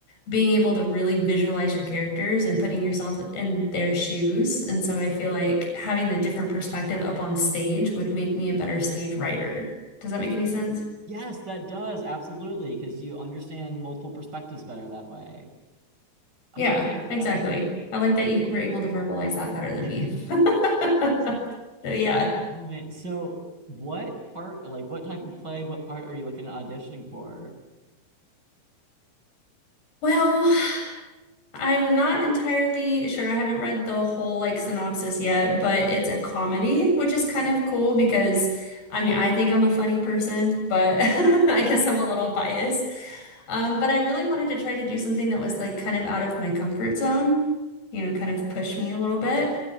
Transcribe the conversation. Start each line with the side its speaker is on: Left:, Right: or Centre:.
Left: being able to really visualize your characters and putting yourself in their shoes. And so I feel like having the different perspective up on stage would make me a better stage writer. Does that make any sense?
Right: Yes, that does, absolutely, because you understand multiple perspectives better that way. Oh,
Left: Yeah,
Right: I like that.
Left: exactly. I like that you were able to verbalize that better than
Right: <laughs>
Left: me. <laughs> So yeah.
Right: Oh man. So what part, like what type of play, what part are you looking at auditioning for?
Left: Well, I'm not entirely sure. I haven't read the whole like synopsis yet, but it's a comedy, which is kind of cool because I mean, I think I'm a funny person, but <laughs> I guess I'm a little biased. Um, but I really wanted to try to do something that was like kind of out of my comfort zone, you know, kind of push me a little bit.